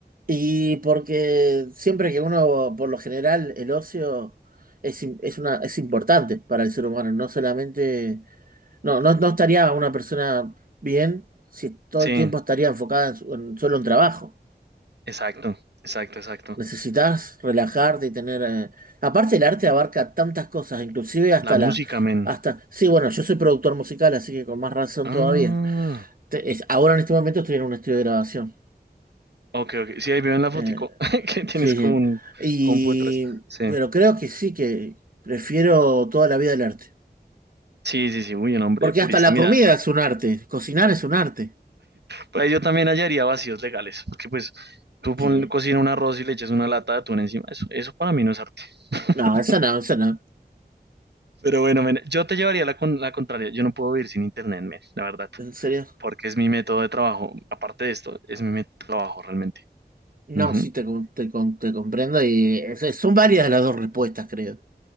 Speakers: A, on the right; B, on the right.
A: y porque siempre que uno, por lo general, el ocio es, im- es una, es importante para el ser humano, no solamente, no, no, no estaría una persona bien si todo
B: Sí,
A: el tiempo estaría enfocada en su- en solo en trabajo.
B: exacto, exacto, exacto.
A: Necesitas relajarte y tener... eh, Aparte el arte abarca tantas cosas, inclusive hasta
B: La música,
A: la...
B: men.
A: Hasta... Sí, bueno, yo soy productor musical, así que con más razón
B: Ah,
A: todavía. Te- es- Ahora en este momento estoy en un estudio de grabación.
B: ok, ok. Sí, ahí veo en la fotico
A: Eh,
B: <laughs> que tienes
A: sí,
B: como
A: sí.
B: un
A: Y...
B: compu detrás. Sí,
A: Pero creo que sí, que prefiero toda la vida el arte.
B: sí, sí, sí, uy, un hombre
A: Porque
B: purista.
A: hasta la
B: Mira,
A: comida es un arte, cocinar es un arte.
B: pues yo también hallaría vacíos legales, porque pues tú
A: Sí.
B: pon, cocina un arroz y le echas una lata de atún encima. Eso, eso para mí no es arte. <laughs>
A: No, esa no, esa no.
B: Pero bueno, men, yo te llevaría la, con- la contraria. Yo no puedo vivir sin internet, men, la verdad.
A: ¿En serio?
B: porque es mi método de trabajo. Aparte de esto, es mi método de trabajo realmente.
A: No,
B: Ujú.
A: sí, te, com- te, com- te comprendo y es- son varias las dos respuestas, creo.